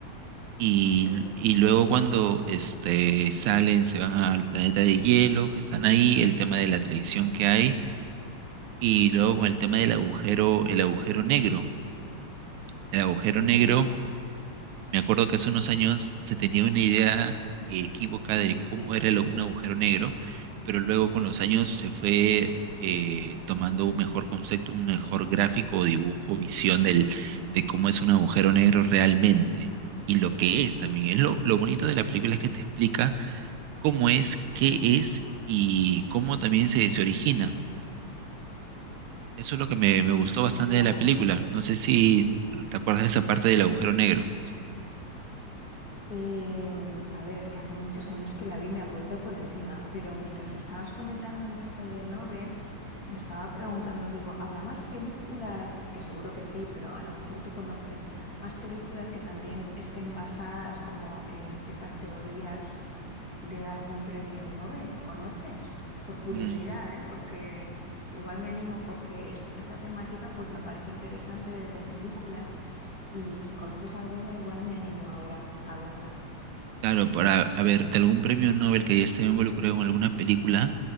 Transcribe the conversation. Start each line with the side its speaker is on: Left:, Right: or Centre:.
Right: Y,
Left: sí,
Right: y luego cuando este, salen, se van al planeta de hielo, que están ahí, el tema de la traición que hay, y luego con el tema del agujero, el agujero negro. El agujero
Left: ujú,
Right: negro Me acuerdo que hace unos años se tenía una idea eh, equívoca de cómo
Left: sí,
Right: era lo- un agujero negro, pero luego con los años se fue eh, tomando un mejor concepto, un mejor gráfico o dibujo, visión del, de cómo es un agujero negro realmente y lo que es también. Es lo, lo bonito de la película es que te explica cómo es, qué es y cómo también se, se origina. Eso es lo que me, me gustó bastante
Left: ya.
Right: de la película. No sé si te acuerdas de esa parte del agujero negro.
Left: Em, a ver, es que hace muchos años que la vi, me acuerdo por encima, pero mientras estabas comentándome esto del Nobel, Me estaba preguntando, digo, ¿habrá más películas? Que seguro que sí, pero a lo mejor tú conoces más películas que también estén basadas como en estas teorías de algún premio Nobel. ¿Conoces? Por curiosidad,
Right: Mm.
Left: ¿eh? Porque igual me animo, porque est- esta temática pues me parece interesante de ver en películas y si conoces alguna, igual me animo ahora a verla.
Right: Claro, para, a ver, de algún premio Nobel que haya estado involucrado en alguna película,